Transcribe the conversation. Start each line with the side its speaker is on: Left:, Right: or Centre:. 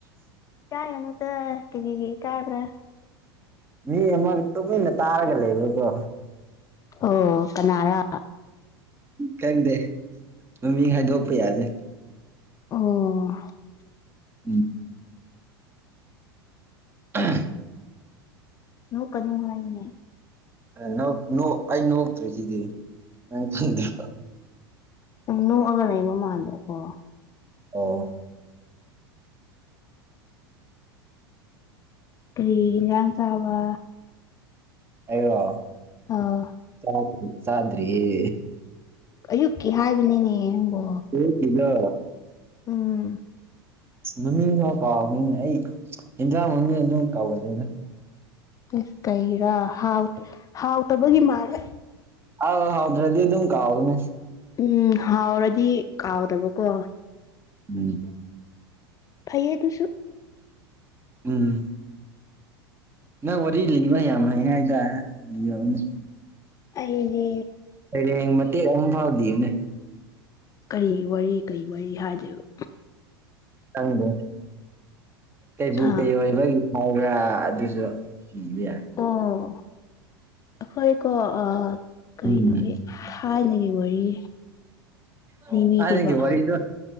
Left: ꯏꯀꯥꯏꯒꯅꯨꯗꯥ ꯀꯔꯤꯒꯤ ꯏꯀꯥꯏꯕ꯭ꯔꯥ
Right: ꯃꯤ ꯑꯃꯒ ꯇꯨꯃꯤꯟꯅ ꯇꯥꯔꯒ ꯂꯩꯕꯀꯣ
Left: ꯑꯣ ꯀꯅꯥꯔ
Right: ꯈꯪꯗꯦ ꯃꯃꯤꯡ ꯍꯥꯏꯗꯣꯛꯄ ꯌꯥꯗꯦ
Left: ꯑꯣ
Right: ꯎꯝ ꯎꯝ
Left: ꯅꯣꯀꯥꯅꯣ ꯍꯥꯏꯕꯅꯦ
Right: ꯅꯣꯛ ꯅꯣꯛ ꯑꯩ ꯅꯣꯛꯇ꯭ꯔꯤꯁꯤꯗꯤ ꯅꯪ ꯈꯪꯗ꯭ꯔꯣ
Left: ꯑꯣ ꯅꯣꯛꯑꯒ ꯂꯩꯕꯥ ꯃꯟꯕꯥꯀꯣ
Right: ꯑꯣ
Left: ꯀꯔꯤ ꯏꯟꯖꯥꯡ ꯆꯕ
Right: ꯑꯩꯔꯣ
Left: ꯑꯥꯎ
Right: ꯆꯗꯔꯤ ꯆꯗ꯭ꯔꯤꯌꯦ
Left: ꯑꯌꯨꯛꯀꯤ ꯍꯥꯏꯕꯅꯤꯅꯦ ꯅꯪꯕꯣ
Right: ꯑꯌꯨꯛꯀꯤꯗꯣ
Left: ꯎꯝ
Right: ꯃꯃꯤꯡ ꯐꯥꯎ ꯀꯥꯎꯕꯅꯤꯅꯦ ꯑꯩ ꯍꯦꯟꯖꯥꯡ ꯃꯃꯤꯡ ꯑꯗꯨꯝ ꯀꯥꯎꯒꯂꯤꯗ
Left: ꯑꯦꯁ ꯀꯩꯒꯤꯔꯥ ꯍꯥꯎ ꯍꯥꯎꯇꯕꯒꯤ ꯃꯥꯜꯂꯦ
Right: ꯑꯧ ꯍꯥꯎꯇ꯭ꯔꯗꯤ ꯑꯗꯨꯝ ꯀꯥꯎꯕꯅꯦ
Left: ꯎꯝ ꯍꯥꯎꯔꯗꯤ ꯀꯥꯎꯗꯕꯀꯣ
Right: ꯎꯝ
Left: ꯐꯩꯌꯦ ꯑꯗꯨꯁꯨ
Right: ꯎꯝ ꯅꯪ ꯋꯥꯔꯤ ꯂꯤꯕ ꯌꯥꯝ ꯍꯩ ꯍꯥꯏꯗꯥꯏ ꯂꯤꯌꯣꯅꯦ
Left: ꯑꯩꯗꯤ
Right: ꯁꯩꯔꯦꯡ ꯃꯇꯦꯛ ꯑꯝꯐꯥꯎ ꯂꯤꯌꯨꯅꯦ
Left: ꯀꯔꯤꯒꯤ ꯋꯥꯔꯤ ꯀꯩ ꯋꯥꯔꯤ ꯍꯥꯏꯗꯣꯏꯕ
Right: ꯅꯪꯕꯨ ꯀꯩꯕꯨꯨ
Left: ꯍꯥ
Right: ꯀꯩ ꯑꯣꯏꯕꯒꯤ ꯃꯧꯔꯥ ꯑꯗꯨꯖꯨ ꯂꯤꯕ ꯌꯥꯏ
Left: ꯑꯣ ꯑꯈꯣꯏꯀꯣ ꯑ ꯀꯩꯅꯣꯒꯤ
Right: ꯎꯝ
Left: ꯊꯥꯏꯅꯒꯤ ꯋꯥꯔꯤ
Right: ꯑꯣ
Left: ꯂꯤꯕꯤꯒꯦꯕ
Right: ꯊꯥꯏꯅꯒꯤ ꯋꯥꯔꯤꯗꯣ